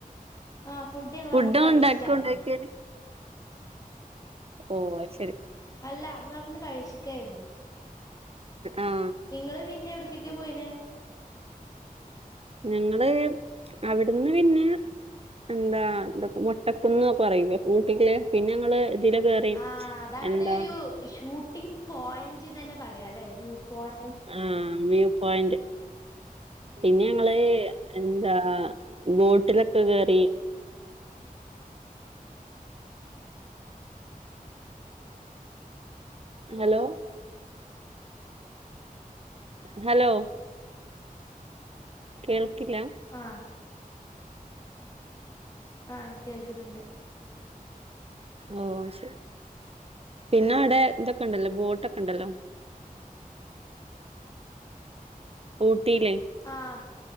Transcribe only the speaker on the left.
ആ ഞങ്ങൾ
അവിടുന്ന് കഴിച്ചിട്ടായിരുന്നു
അല്ല അങ്ങ് അവടുന്ന് കഴിച്ചിക്കെ ആയിരുന്നു
നിങ്ങള് പിന്നെ എവടക്കെക്ക പോയിനെ
ആഹ് അതാണ്
ഒരു ഷൂട്ടിംഗ് പോയിന്റ്ന്ന് തന്നെ പറയാം അല്ലെ വ്യൂ പോയിന്റ്
<inaudible>
ആഹ് ആഹ് കേൾക്കുന്നുണ്ട്
ആഹ്